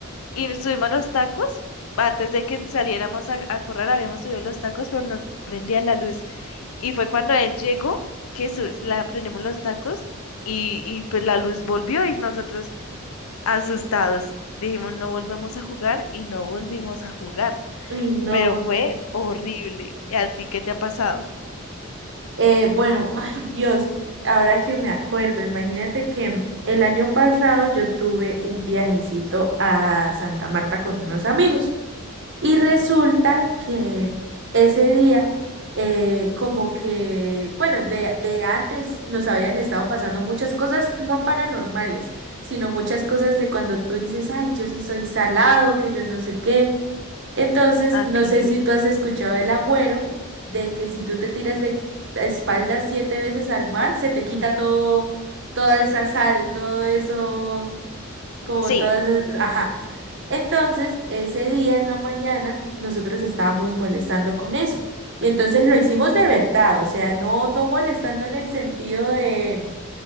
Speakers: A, on the left; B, on the right.
A: Y nos subimos los tacos. Antes de que saliéramos a, a correr, habíamos subido los tacos, pero no prendía la luz. Y fue cuando él llegó que su- la prendimos los tacos y, y pues la luz volvió y nosotros asustados dijimos, no volvemos a jugar y no volvimos a jugar
B: Uy, no.
A: pero fue horrible. ¿Y a ti qué te ha pasado?
B: Eh, bueno, <laughs> ay Dios, ahora que me acuerdo, imagínate que el año pasado yo tuve un viajecito a Santa Marta con unos amigos y
A: Sí,
B: resulta que ese día, eh, como que, bueno, de, de antes nos habían estado pasando muchas cosas no paranormales, sino muchas cosas de cuando tú dices, ay, yo sí soy salado, que yo no sé qué. Entonces,
A: okay
B: no sé si tú has escuchado el agüero de que si tú te tiras de espaldas siete veces al mar, se te quita todo, toda esa sal, todo eso, como
A: Sí,
B: todas esas, ajá. Entonces, ese día en la mañana, nosotros estábamos molestando con eso. Y entonces lo hicimos de verdad, o sea, no, no molestando en el sentido de